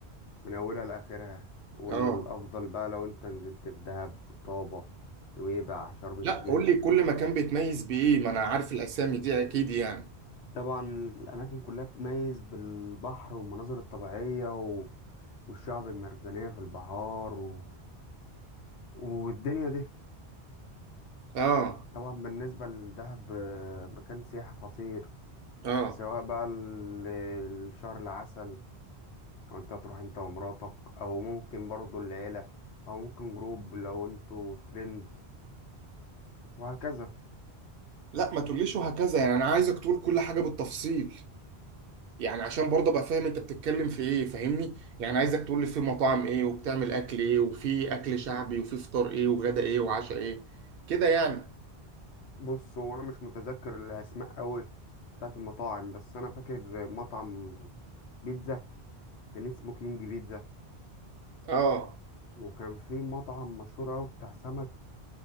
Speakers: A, on the left; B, on the right.
A: من اولها لاخرها والافضل
B: اه
A: بقى لو انت نزلت في دهب طابة نويبع شرم الشيخ
B: لا قول لي كل مكان بيتميز بايه ما انا عارف الاسامي دي اكيد يعني
A: طبعا الاماكن كلها بتميز بالبحر والمناظر الطبيعية و... والشعب المرجانية في البحار و... والدنيا دي
B: اه
A: طبعا بالنسبة لدهب آه، مكان سياحي خطير
B: اه
A: سواء بقى ال- الشهر العسل لو انت هتروح انت ومراتك او ممكن برضو العيلة او ممكن جروب لو انتوا فريند وهكذا
B: لا ما تقوليش وهكذا يعني انا عايزك تقول كل حاجة بالتفصيل يعني عشان برضه ابقى فاهم انت بتتكلم في ايه فاهمني يعني عايزك تقول لي في مطاعم ايه وبتعمل اكل ايه وفي اكل شعبي وفي فطار ايه وغدا ايه وعشاء ايه كده يعني
A: بص هو انا مش متذكر الاسماء قوي بتاعت المطاعم بس انا فاكر مطعم بيتزا كان اسمه كينج بيتزا
B: اه
A: وكان في مطعم مشهور قوي بتاع سمك